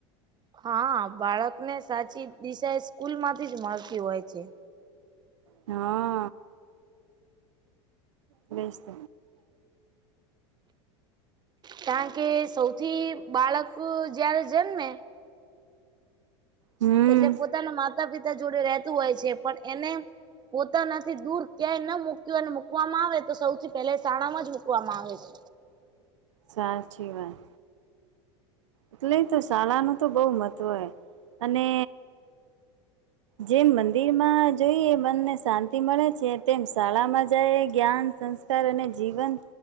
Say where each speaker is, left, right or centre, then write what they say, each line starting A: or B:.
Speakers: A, on the right; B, on the right.
A: હા બાળક ને સાચી દિશા એ સ્કૂલ માંથી જ મળતી હોય છે.
B: હા. બેેશ.
A: કારણ કે સૌથી બાળક જયારે જન્મે
B: હમ
A: એટલે પોતાના માતા પિતા જોડે રહેતું હોય છે પણ એને પોતા નથી દૂર ક્યાંય ન મુૂક્યું અને મૂકવામાં આવે તો સૌથી પહેલા શાળામાં જ મુૂકવામાં આવે છે.
B: સાચીવાત એટલે તો શાળાનું તો બહુ મહત્વ હોય અને જેમ મંદિરમાં જોઈએ મનને શાંતિ મળે છે તેમ શાળામાં જાય જ્ઞાન સંસ્ વિતાર અને જીવન